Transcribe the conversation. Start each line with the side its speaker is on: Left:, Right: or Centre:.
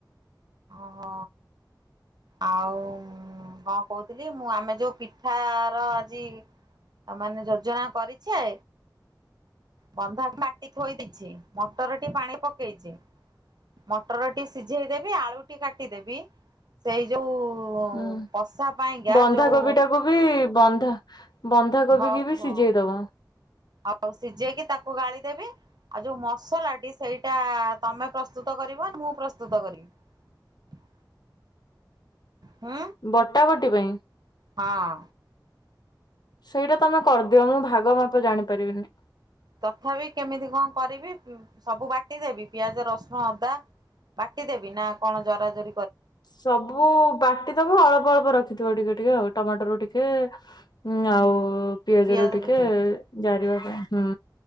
Right: ଓହୋ ଆଉ କ କହୁଥିଲି ମୁଁ ଆମେ ଯୋଉ ପିଠା ର ଆଜି ଆମାନେ ଯୋଜନା କରିଛେ, ବନ୍ଧା କାଟି ଥୋଇ ଦେଇଛି ମଟରଟି ପାଣି ପକେଇଛି ମଟରଟି ସିଝେଇଦେବି ଆଳୁଟି କାଟିଦେବି ସେଇ ଯୋଉ
Left: ହୁଁ
Right: କଷା ପାଇଁକା
Left: ବନ୍ଧାକୋବି
Right: ଯୋଉ
Left: ଟାକୁ ବି ବନ୍ଧା ବନ୍ଧାକୋବି
Right: ହଉ
Left: କି ବି
Right: ହଉ
Left: ସିଝେଇଦବ
Right: ଆଉ ସିଝେଇକି ତାକୁ ଗାଳିଦେବି ଆଉ ଯଉ ମସ୍ ସୋଲାଡି ସେଇଟା ତମେ ପ୍ରସ୍ତୁତ କରିବ ମୁଁ ପ୍ରସ୍ତୁତ କରିବି <unintelligible> ହୁଁ
Left: ବଟା ବଟି ପାଇଁ?
Right: ହଁ
Left: ସେଇଟା ତମେ କରିଦିଅ ମୁଁ ଭାଗ ମାପ ଜାଣି ପାରିବିନି,
Right: ତଥାପି କେମିତି କ କରିବି ହୁଁ ସବୁ ବାଟିଦେବି ପିଆଜ ରସ୍ ହଁ ଅଦା ବାଟି ଦେବି ନା କଣ ଜରା ଜର୍
Left: ସବୁ ବାଟିଦବ ଅଳ୍ପ ଅଳ୍ପ ରଖିଥିବ ଟିକେ ଟିକେ ଆଉ ଟମାଟୋରୁୁ ଟିକେ ଆଉ ପିଆଜ
Right: ପିଆଜରୁ
Left: ରୁ ଟିକେ ଜାରିବା ପାଇଁ ହଁ